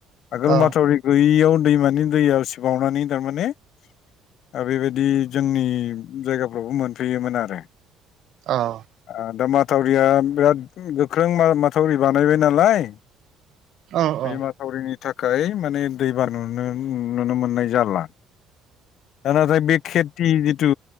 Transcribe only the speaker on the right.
अ
औ
अ